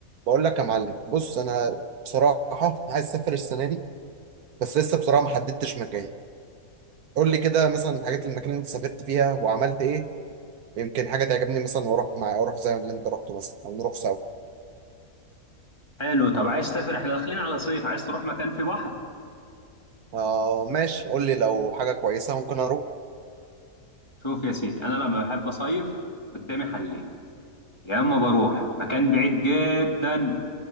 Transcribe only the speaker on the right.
بقول لك يا معلم بص انا بصراحه عايز اسافر السنه دي بس لسه بصراحه ما حددتش مكان قول لي كده مثلا الحاجات المكان اللي انت سافرت فيها وعملت ايه يمكن حاجه تعجبني مثلا واروح مع اروح زي اللي انت رحته مثلا او نروح سوا
آه ماشي قول لي لو حاجه كويسه ممكن اروح